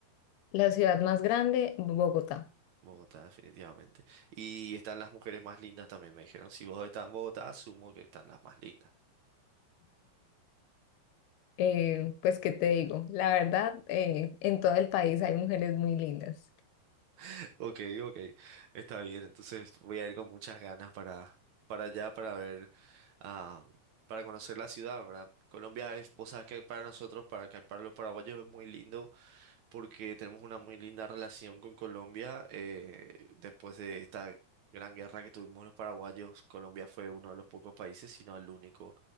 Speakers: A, on the left (about 80°); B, on the right (about 80°).
A: La ciudad más grande, Bogotá.
B: Bogotá, definitivamente. Y están las mujeres más lindas también, me dijeron. Si vos estás en Bogotá, asumo que están las más lindas.
A: Eh, pues, ¿qué te digo? La verdad, eh, en todo el país hay mujeres muy lindas.
B: <laughs> Ok, ok, está bien. Entonces voy a ir con muchas ganas para, para allá, para ver, ah, para conocer la ciudad, ¿verdad? Colombia es, vos sabes que para nosotros, para, acá, para los paraguayos es muy lindo porque tenemos una muy linda relación con Colombia. eh, después de esta gran guerra que tuvimos los paraguayos, Colombia fue uno de los pocos países, sino el único